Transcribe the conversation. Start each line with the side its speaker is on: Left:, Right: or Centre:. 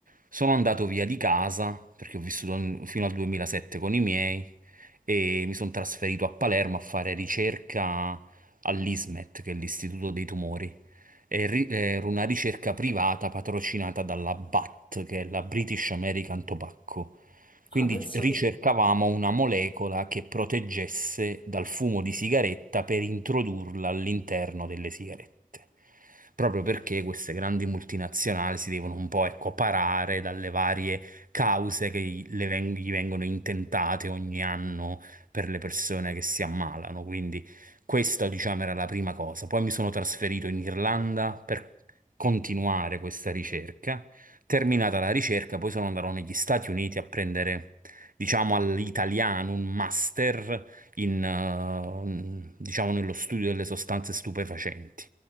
Right: sono andato via di casa, perché ho vissuto in- fino al 2007 con i miei, e mi sono trasferito a Palermo a fare ricerca all'ISMET, che è l'Istituto dei Tumori. E ri- Era una ricerca privata patrocinata dalla BAT, che è la British American Tobacco. Quindi
Left: Ah, pensa
Right: ricercavamo
Left: te,
Right: una molecola che proteggesse dal fumo di sigaretta per introdurla all'interno delle sigarette. Proprio perché queste grandi multinazionali si devono un po', ecco, parare dalle varie cause che gli le veng- gli vengono intentate ogni anno per le persone che si ammalano. Quindi questa, diciamo, era la prima cosa. Poi mi sono trasferito in Irlanda per continuare questa ricerca Terminata la ricerca, poi sono andato negli Stati Uniti a prendere, diciamo, all'italiano un master in, eh, diciamo, nello studio delle sostanze stupefacenti.